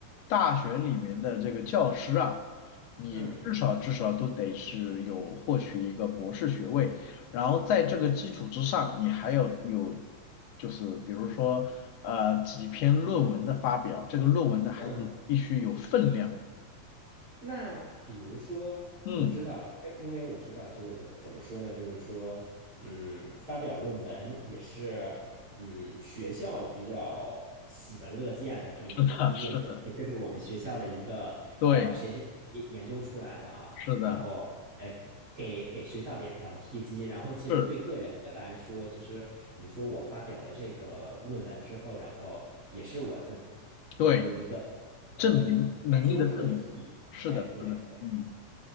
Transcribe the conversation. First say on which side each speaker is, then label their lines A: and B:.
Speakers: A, on the left (about 65°); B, on the right (about 40°).
A: 大学里面的这个教师啊，你至少至少都得是有获取一个博士学位，
B: 嗯
A: 然后在这个基础之上，你还要有就是比如说呃几篇论文的发表，这个论文呢还得必须有分量。
B: 嗯。那比如说，
A: 嗯，
B: 我知道，因为因为我知道，就是怎么说呢？就是说，嗯，发表论文也是，嗯，学校比较喜闻乐见的这么一种，
A: 是的，
B: 毕竟是这是我们学校的一个呃谁谁研研究出来的啊，
A: 是的，对，是的，
B: 然后哎。给给学校脸上贴金，然后其实对个人来说，
A: 是，
B: 其实你说我发表了这个论文之后，然后也是我自我的一个
A: 对，
B: 呃研究课题，
A: 证明能力的证明，是的，
B: 哎，对对，
A: 是的，嗯。